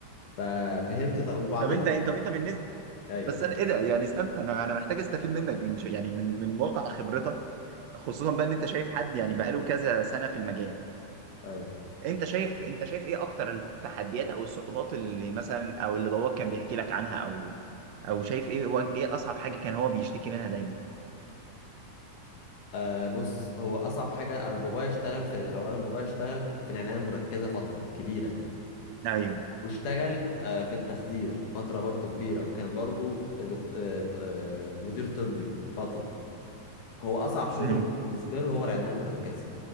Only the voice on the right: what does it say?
طب انت طب انت بالنسبة
بس انا ايه ده يعني استنى انا انا محتاج استفيد منك من ش- يعني من من واقع خبرتك خصوصا بقى ان انت شايف حد يعني بقاله كذا سنة في المجال
انت شايف انت شايف ايه اكتر التحديات او الصعوبات اللي مثلا او اللي باباك كان بيحكي لك عنها او او شايف ايه و- ايه اصعب حاجه كان هو بيشتكي منها دايما
ايوه
امم